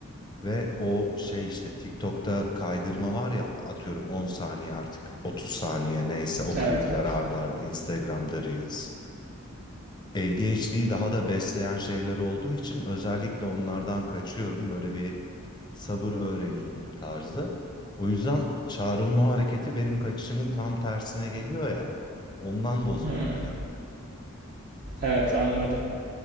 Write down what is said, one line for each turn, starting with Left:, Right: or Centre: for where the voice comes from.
Left: ve o şey işte TikTok'ta kaydırma var ya atıyorum 10 saniye artık 30 saniye neyse o
Right: Evet
Left: klipler
Right: evet.
Left: arda arda Instagram'da Reels. ADHD'yi daha da besleyen şeyler olduğu için özellikle onlardan kaçıyorum. Böyle bir sabır öğreneyim tarzı. O yüzden Çağrı'nın o hareketi benim kaçışımın tam tersine geliyor ya. Ondan bozuyor
Right: Hmm.
Left: beni.
Right: Evet anladım.